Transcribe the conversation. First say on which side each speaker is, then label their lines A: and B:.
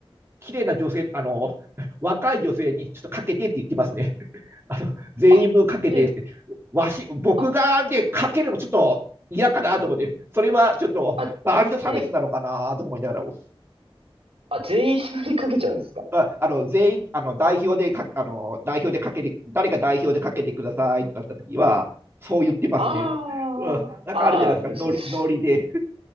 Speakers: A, on the right; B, on the right.
A: 綺麗な女性、あの、若い女性にちょっとかけてって言ってますね。あの、全員分かけてって。
B: あ、ええ、
A: わし、僕がね、
B: あ、
A: かけるのちょっと嫌かなと思って、それはちょっと男女差別なのかなと思いながらも、
B: あ、ええ。あ、全員縛りかけちゃうんですか
A: ああの全員あの代表でかあの代表でかけて、誰が代表でかけてくださいってなったときは、そう言ってますね、
B: ああ、
A: うん。なんかあるじゃないですか、
B: ああ、そうです。
A: ノリノリで、
B: え、